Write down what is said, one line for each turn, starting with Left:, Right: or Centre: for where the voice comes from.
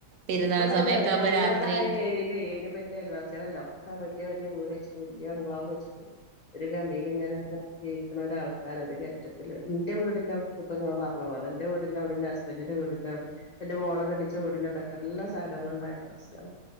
Right: പെരുന്നാൾ
Left: ഇവിടെന്ന്
Right: സമയൊക്കെ ആകുമ്പോ
Left: ഞങ്ങളുടെ
Right: രാത്രി
Left: ആ ഏരിയയില് അയിനെ പറ്റി പറ്റിയ അലവാസികളെല്ലാം ഒക്കെ വലിയ വലിയ വീട് വച്ചിട്ട് വലിയ ഗ്ലാവ് വച്ചിട്ട് വല്ല്യ ഗാമില് ഇങ്ങനെ ജീവിക്കണ ഒരാൾക്കാര ഒരു കെറ്റപ്പില് ഇന്റെ വീടിന്റെ അടുത് ഇപ്പൊ നിങ്ങൾ എന്റെ വീടിന്റെ അവിടിന്റെ ഹസ്ബൻ്റിന്റെ വീടിന്റെ അവിടെ എന്റെ മോളെ കെട്ടിച്ച വീടിന്റെ അവിടെകെ എല്ലാ സധനങ്ങളു ണ്ടായ്താ അ